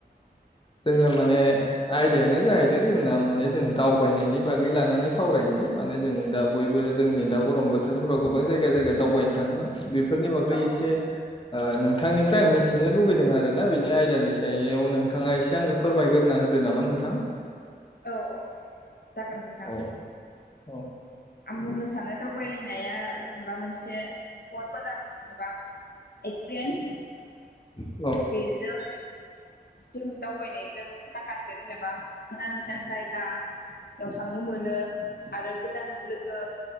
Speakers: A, on the left; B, on the left.
A: जोंङो माने आयदायानो जाहैदों जोंना माने जों दावबायनायनि बागै लानानै सावरायनोसै माने जों दा बयबो जोंनि दा गरम बोथोरफोराव गोबां जायगा जायगा दावबायनो थाङोना बे बेफोरनि बागै
B: औ
A: एसे नोंथांनिफ्राय आं मिथिनो लुुबैदों आरोना बेनि आइ सायाव नोंथाङा एसे आंनो फोरमायग्रोना होदो नामा नोंथां
B: औ औ जागोन नोंथां
A: औ औ
B: आं बुंनो सानो दावबाइ फैनाया जेनेबा मोनसे बहुत मोजां जेनेबा एक्सपिरियेन्स
A: औ
B: बेजों जों दावबायनायजों माखासे जेनेबा गोदान गोदान गोदान जायगायाव थांनो मोनो आरो गोदान लोगो